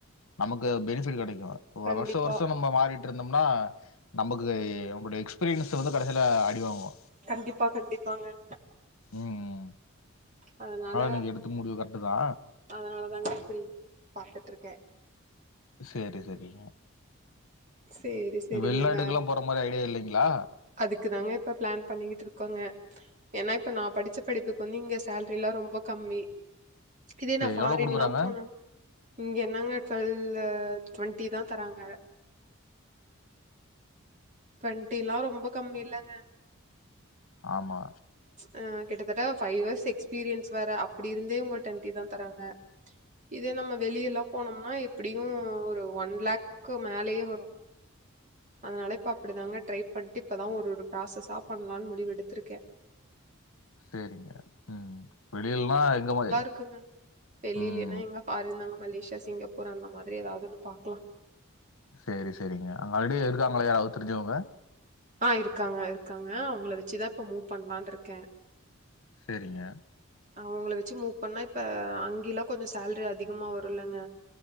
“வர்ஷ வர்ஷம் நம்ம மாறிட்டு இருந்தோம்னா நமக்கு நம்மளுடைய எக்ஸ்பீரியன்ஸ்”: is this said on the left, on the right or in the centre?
Left